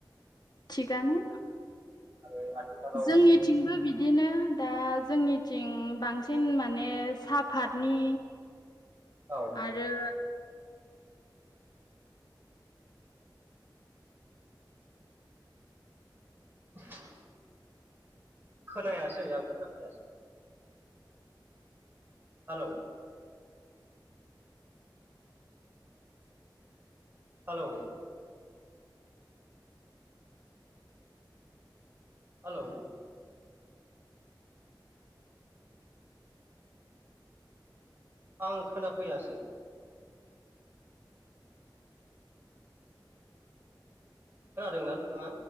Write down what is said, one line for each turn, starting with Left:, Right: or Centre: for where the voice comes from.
Left: थिगानो
Right: आरो आथिखालाव
Left: जोंनिथिंबो बिदिनो दा। जोंनिथिं बांसिन माने सा पाथनि
Right: औ
Left: आरो।
Right: <inaudible> खोनायासै आं खोनाफैयासै। हेलौ। हेलौ। हेलौ। आं खोनाफैयासै। खोनादोंना नोंथाङा?